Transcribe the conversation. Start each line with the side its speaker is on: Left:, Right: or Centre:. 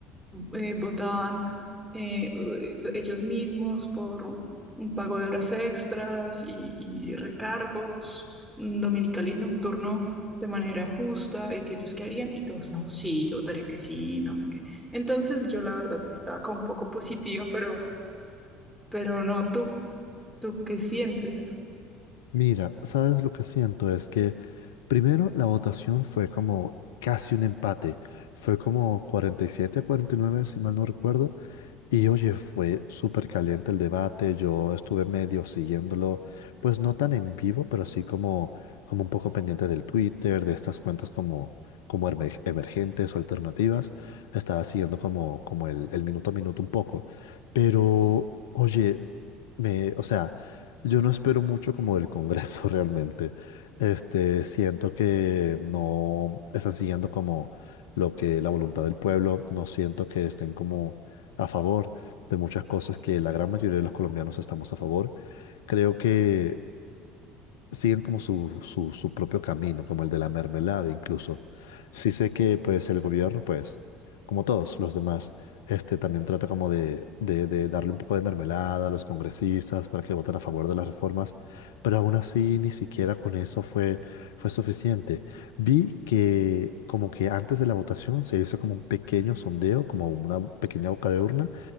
Centre: eh, votaban eh, ellos mismos por un pago de horas extras y, y recargos mm, dominical y nocturno de manera justa y que ellos qué harían y todos, no, sí, yo votaría que sí, no sé qué. Entonces yo la verdad sí estaba como un poco positiva, pero... Pero no, tú, tú qué sientes. <laughs>
Left: Mira, ¿sabes lo que siento? Es que primero la votación fue como casi un empate. Fue como 47 a 49, si mal no recuerdo. Y oye, fue súper caliente el debate, yo estuve medio siguiéndolo, pues no tan en vivo, pero sí como, como un poco pendiente del Twitter, de estas cuentas como, como emer- emergentes o alternativas, estaba siguiendo como, como el, el minuto a minuto un poco, pero oye, me, o sea, yo no espero mucho como del Congreso <laughs> realmente, este, siento que no están siguiendo como lo que la voluntad del pueblo, no siento que estén como a favor de muchas cosas que la gran mayoría de los colombianos estamos a favor, creo que siguen como su, su, su propio camino, como el de la mermelada incluso. Sí sé que pues el gobierno, pues, como todos los demás, este también trata como de, de, de darle un poco de mermelada a los congresistas para que voten a favor de las reformas, pero aún así ni siquiera con eso fue, fue suficiente. Vi que como que antes de la votación se hizo como un pequeño sondeo, como una pequeña boca de urna,